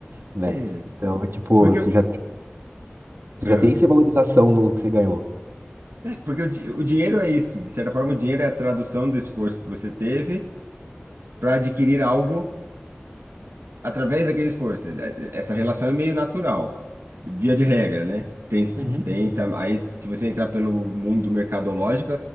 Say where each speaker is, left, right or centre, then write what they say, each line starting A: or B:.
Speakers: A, on the right (about 65°); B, on the right (about 80°).
A: né?
B: é,
A: Então, tipo,
B: porque,
A: você
B: eu-
A: já tem, você
B: ah,
A: já tem essa valorização no que você ganhou.
B: é, porque o, di- o dinheiro é isso. De certa forma, o dinheiro é a tradução do esforço que você teve para adquirir algo através daquele esforço. Essa relação é meio natural, via de regra, né? Tem,
A: Uhum,
B: tem, tam- aí, se você entrar pelo mundo mercadológico,